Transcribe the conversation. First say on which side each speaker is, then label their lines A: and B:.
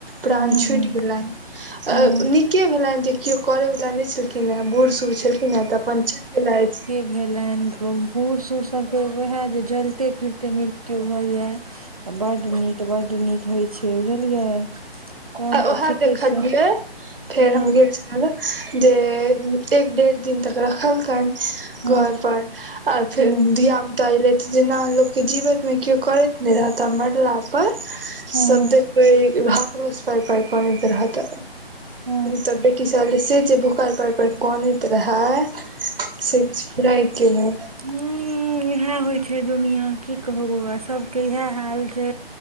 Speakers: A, on the right (about 60°); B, on the right (about 35°).
A: प्राण
B: हूँ
A: छुटि
B: हूँ
A: गेलैन
B: हूँ
A: अ नीके भेलैन जे कियो करे वला नहि छलखिन हे बूढ़ सुुर छलखिन हे तऽ अपन चैल गेलैथ
B: भेलैन बूढ़ सूढ़ सब के वएह जे जलते फिरते मृत्यु भऽ जाय त बड्ड नीक बड्ड नीक होइ छै बुझलियै तहन
A: आ
B: तऽ
A: उएह
B: ठीके
A: देखलियै
B: छै
A: फेर
B: हूँ
A: हम गेल छलिये तब जे एक डेढ़ दिन तक रखलकैन
B: हूँ
A: घर पर आओर फेर
B: हूँ
A: धिय पुता एलै जेना लोककेँ जीवैतमे केओ करैत नहि रहत आ मरला पर
B: हूँ
A: सबे कोई हाकरोस पाइर पाइर कनैत रहत
B: हूँ
A: तऽ बेटी <unintelligible> से जे बोखार पैर पैर कनैत रहै से किछ फुराय के नहि
B: हुँ इहै होइ छै दुनिया की कहबो बौआ सबके इहै हाल छै